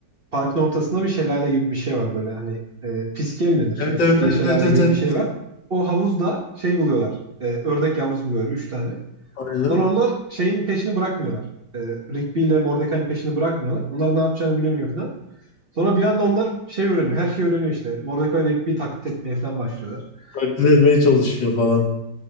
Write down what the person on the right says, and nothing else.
parkın ortasında bir şelale gibi bir şey var böyle hani e, fiskiye mi denir işte
fiskiye
şelale
gibi
bir şey
var. O havuzda şey buluyorlar e, ördek yavrusu buluyorlar 3 tane.
Sonra onlar şeyin peşini bırakmıyorlar. E, Rigby ile Mordecai'nin peşini bırakmıyorlar. Onlar ne yapacağını bilemiyor falan. Sonra bir anda onlar şey öğreniyor. Her şeyi öğreniyor işte. Mordecai ve Rigby taklit etmeye falan başlıyorlar.
Böyle-